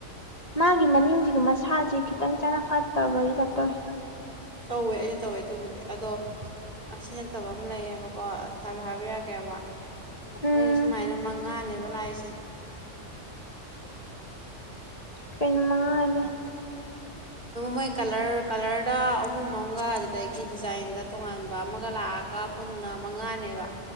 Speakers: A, on the left (about 35°); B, on the right (about 40°).
A: ꯃꯥꯒꯤ ꯃꯅꯤꯡꯁꯤꯒ ꯃꯁꯥꯖꯤꯒ ꯈꯤꯇꯪ ꯆꯥꯅ ꯐꯥꯠꯇꯕꯒꯤ ꯇꯥꯢꯞ ꯇꯧꯋꯦ
B: ꯇꯧꯋꯦ ꯑꯩꯁꯨ ꯇꯧꯋꯦ ꯑꯗꯨꯕꯨꯗꯤ ꯑꯗꯣ ꯑꯁꯤ ꯅꯠꯇꯕ ꯑꯃ ꯂꯩꯌꯦꯕꯀꯣ ꯊꯥꯕꯤ ꯍꯥꯕꯤꯔꯛꯀꯦꯕ
A: ꯎꯝ
B: ꯃꯣꯏꯁꯦ ꯁꯨꯃꯥꯏꯅ ꯃꯉꯥꯅꯦꯕ ꯂꯥꯛꯏ ꯁꯦ
A: ꯀꯩꯅꯣ ꯃꯉꯥ ꯍꯥꯢꯗꯤ
B: ꯃꯣꯏ ꯀꯂꯔ ꯀꯂꯔꯗ ꯑꯍꯨꯝ ꯑꯃꯒ ꯑꯗꯨꯗꯒꯤ ꯗꯤꯖꯥꯏꯟꯗ ꯇꯣꯉꯥꯟꯕ ꯑꯃꯒ ꯂꯥꯛꯑꯒ ꯄꯨꯟꯅ ꯃꯉꯥꯅꯦꯕ